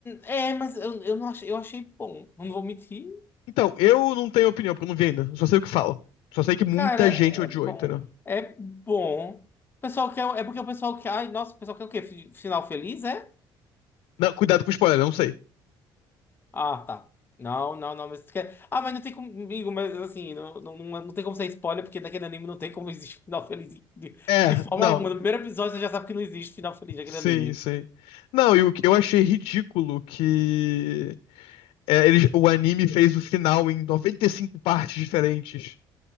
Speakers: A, on the left; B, on the left.
A: é, mas eu, eu, não achei, eu achei bom, não vou mentir.
B: Então, eu não tenho opinião, porque eu não vi ainda. Só sei o que falam. Só sei que muita
A: Cara, é
B: gente odiou,
A: bom.
B: entendeu?
A: É bom. O pessoal quer. É porque o pessoal quer. Ai, nossa, o pessoal quer o quê? Fi- Final feliz, é?
B: Não, cuidado com o spoiler, eu não sei.
A: Ah, tá. Não, não, não, mas tu quer. Ah, mas não tem comigo, mas assim, não, não, não, não tem como ser spoiler, porque daquele anime não tem como existir final feliz de,
B: É,
A: de forma
B: não.
A: alguma. No primeiro episódio você já sabe que não existe final feliz daquele
B: Sim,
A: anime.
B: sim. Não, e o que eu achei ridículo que É, eles, o anime fez o final em 95 partes diferentes.